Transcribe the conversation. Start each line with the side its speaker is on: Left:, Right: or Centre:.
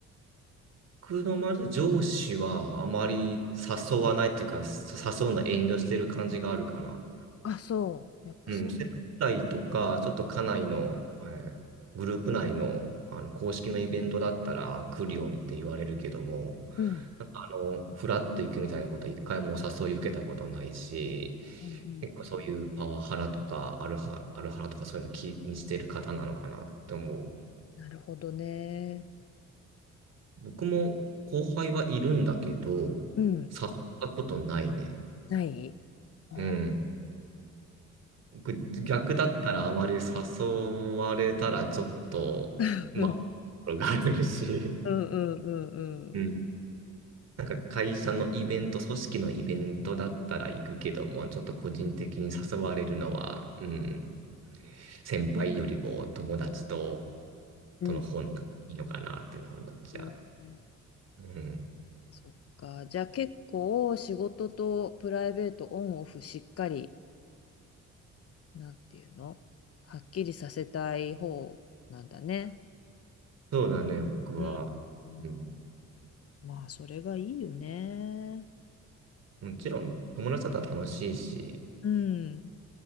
Right: 僕のまず上司はあまり誘わないっていうか、そ誘うの遠慮してる感じがあるかな。
Left: あ、そう。やっぱそ
Right: うん、接待とか、ちょっと家内の、えーグループ内の、あの公式のイベントだったら来るようにって言われるけども、
Left: う。うん。
Right: なんかあの、フラッと行くみたいなことは一回もお誘い受けたことないし、
Left: うんうん。
Right: 結構そういうパワハラとかアルハ、アルハラとかそういうの気にしてる方なのかなって思う。
Left: なるほどね。
Right: 僕も後輩はいるんだけど、
Left: うん。
Right: 誘ったことないね。
Left: ないあ
Right: うん。僕逆だったらあまり誘われたらちょっと、
Left: <laughs>
Right: ま
Left: うん
Right: あ、があるし、
Left: うんうんうんうん。
Right: うん。なんか会社のイベント、組織のイベントだったら行くけども、ちょっと個人的に誘われるのは、うん、先輩よりも友達と、
Left: うん。
Right: との方のがいいのかなっていうのは思っちゃ
Left: うんうん
Right: う。うん。
Left: そっか。じゃあ結構仕事とプライベートオンオフしっかり、なんていうのはっきりさせたい方なんだね。
Right: そうだね、僕は。
Left: うん。うん
Right: うん。
Left: まあ、それがいいよね。
Right: もちろん、友達だったら楽しいし、
Left: うん。